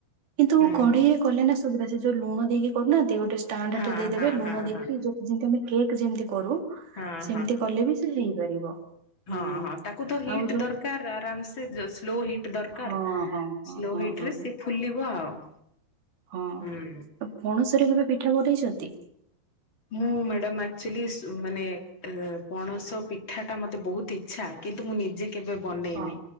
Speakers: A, on the right (about 70°); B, on the left (about 35°).
A: କିନ୍ତୁ
B: ହୁଁ
A: କଢେଇରେ କଲେ ନା ସୁବିଧା ସେ ଯୋଉ ଲୁଣ ଦେଇକି କରୁନାହନ୍ତି ଗୋଟେ ଷ୍ଟାଣ୍ଡଟା
B: ହଁ
A: ଦେଇଦେବେ
B: ହଁ
A: ଲୁଣ
B: ହଁ
A: ଦେଇକି
B: ହଁ
A: ଯୋଉ ଯେମ୍ତି ଆମେ କେକ୍ ଯେମ୍ତି କରୁ
B: ହଁ
A: ସେମ୍ତି କଲେ ବି ସେ ହେଇପାରିବ।
B: ହଁ-ହଁ
A: ହୁଁ
B: ତାକୁ ତ ହିଟ୍
A: ଆଉ ଯୋଉ
B: ଦରକାର୍ ଆରାମ୍ ସେ ସ୍ଲୋ ହିଟ୍ ଦରକାର୍।
A: ହଁ ହଁ ହଁ
B: ସ୍ଲୋ
A: ହଁ
B: ହିଟ୍
A: ହଁ
B: ରେ ସିଏ ଫୁଲିବ ଆଉ।
A: ହଁ
B: ହୁଁ
A: ପଣସରେ କେବେ ପିଠା ବନେଇଛନ୍ତି?
B: ମୁଁ ମ୍ୟାଡ଼ାମ ଆକ୍ଚୁଲି ମାନେ ପଣସ ପିଠାଟା ମତେ ବହୁତ୍ ଇ ଛା କିନ୍ତୁ ମୁଁ ନିଜେ କେବେ ବନେଇନି
A: ହଁ